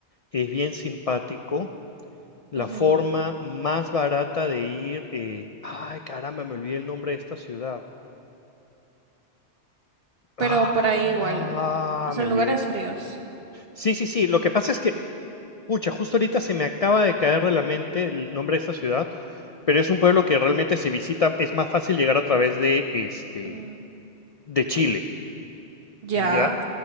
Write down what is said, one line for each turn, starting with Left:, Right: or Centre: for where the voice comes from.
Left: es bien simpático, la
Right: Ujú.
Left: forma más barata de ir, eh, ay caramba, me olvidé el nombre de esta ciudad. Ah,
Right: pero por ahí igual, o sea,
Left: me
Right: en
Left: olvidé.
Right: lugares fríos.
Left: Sí, sí, sí, lo que pasa es que, pucha, justo ahorita se me acaba de caer de la mente el nombre de esta ciudad, pero es un pueblo que realmente se visita, es más fácil llegar a través de, este,
Right: Mm,
Left: de Chile,
Right: ya,
Left: ¿ya?